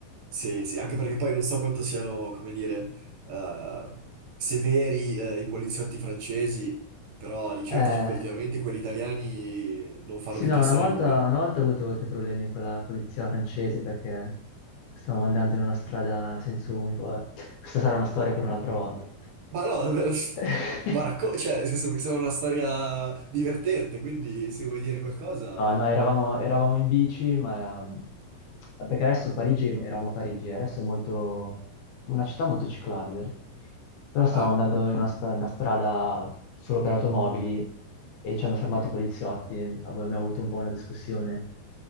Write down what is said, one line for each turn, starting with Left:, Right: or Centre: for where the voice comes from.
Right: Sì, sì, anche perché poi non so quanto siano, come dire, eh, severi, eh, i poliziotti francesi, però di certo
Left: Eh,
Right: so che ultimamente quelli italiani non fanno
Left: sì,
Right: più
Left: no,
Right: passare
Left: una volta,
Right: nulla.
Left: una volta ho avuto qualche problemi con la polizia francese perché stavamo andando in una strada a senso unico. Vabbè, questa sarà una storia per un'altra volta.
Right: Ma no, eh,
Left: <laughs>
Right: <laughs> ma racco- cioè, nel senso, mi sembra una storia divertente, quindi se vuoi dire qualcosa...
Left: No, no, eravamo, eravamo in bici, ma perché adesso Parigi, eravamo a Parigi, adesso è molto, una città molto ciclabile, però stavamo
Right: Ah,
Left: andando in una, stra- una strada solo per automobili e ci hanno fermato i poliziotti, abbiamo avuto un po' una discussione,